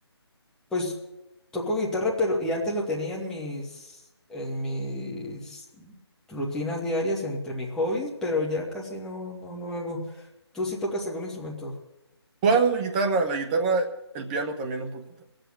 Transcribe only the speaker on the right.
¿Cuál? La guitarra, la guitarra, el piano también un poquito.